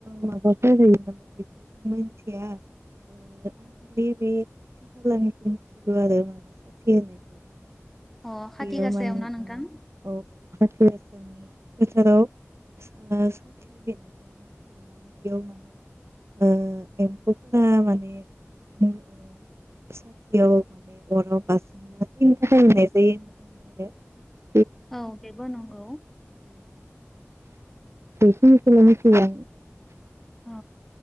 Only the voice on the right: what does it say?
माबाफोर होयो नामा? बेखौबो मिथिया आं खालि बे खाथि खालानिखौ मिथिगौ आरो माने साथि होनायखौ ।
इयाव
माने
औ ओ खाथि गा नि फोथाराव ओ साथि होननायखौ मिथिगौन <unintelligible> बेयाव माने ओ एमफौफोरा माने ओ साथियाव माने अराव बारसोमना थैनो थाखाय <unintelligible>
बेखिनिखोनो मिथियो